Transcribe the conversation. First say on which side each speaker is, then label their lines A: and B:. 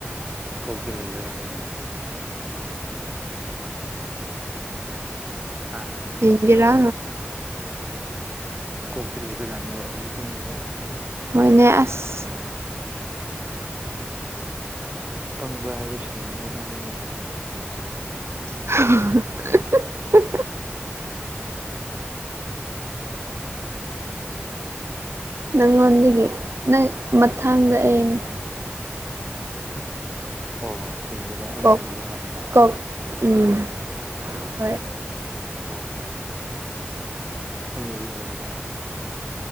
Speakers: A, on the right; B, on the right.
A: ꯀꯧꯇ ꯂꯩꯕꯖꯅꯤꯅꯦ ꯍꯥ
B: ꯌꯦꯒꯔꯥ
A: ꯀꯣꯛꯇꯤ ꯂꯩꯕꯖꯥꯠꯅꯦꯕ ꯍꯧꯖꯤꯛꯇꯨ ꯃꯤꯁꯦ
B: ꯃꯣꯏꯅꯦ ꯑꯁ
A: ꯄꯪꯕ꯭ꯔꯥ ꯍꯥꯏꯔꯁꯤꯡ ꯃꯖꯥꯅꯤꯅꯦ
B: <inaudible> ꯅꯪꯉꯣꯟꯗꯒꯤ ꯅꯪ ꯃꯊꯥꯡꯗ ꯑꯩꯅꯦ
A: ꯑꯣ ꯁꯤꯡꯕꯗ ꯑꯩꯅ
B: ꯀꯣꯛ
A: ꯍꯦꯜꯂꯦꯕ
B: ꯀꯣꯛ ꯎꯝ ꯍꯣꯏ
A: ꯑꯣ ꯑꯩꯅꯗꯤ ꯍꯦꯜꯂꯦꯕ